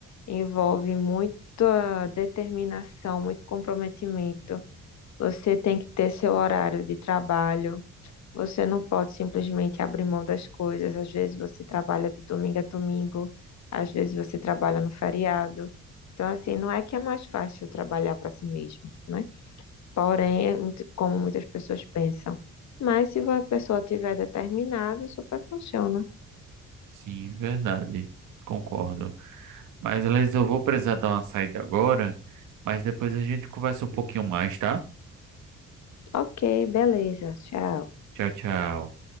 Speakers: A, on the left (about 65°); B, on the right (about 80°).
A: envolve muita determinação, muito comprometimento. Você tem que ter seu horário de trabalho. Você não pode simplesmente abrir mão das coisas. Às vezes você trabalha de domingo a domingo, às vezes você trabalha no feriado. Então, assim, não é que é mais fácil trabalhar para si mesmo, né? Porém, é muito- como muitas pessoas pensam. Mas se a pessoa tiver determinado, super funciona.
B: Sim, verdade. Concordo. Mas, Liz, eu vou precisar dar uma saída agora, mas depois a gente conversa um pouquinho mais, tá?
A: Ok, beleza, tchau.
B: Tchau, tchau.